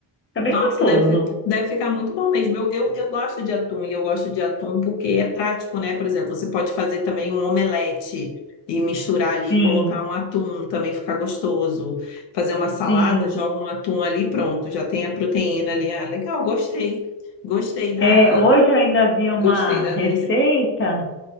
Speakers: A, on the left; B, on the left.
A: Fica bem
B: Nossa,
A: gostoso.
B: deve, fi- deve ficar muito bom mesmo. Eu, eu, eu gosto de atum e eu gosto de atum porque é prático, né? Por exemplo, você pode fazer também um omelete e misturar ali,
A: Sim.
B: e colocar um atum, também fica gostoso. Fazer uma salada,
A: Sim.
B: joga um atum ali, pronto, já tem a proteína ali. Ah, legal, gostei. Gostei da,
A: É, hoje eu ainda vi uma
B: gostei da,
A: receita
B: da receita.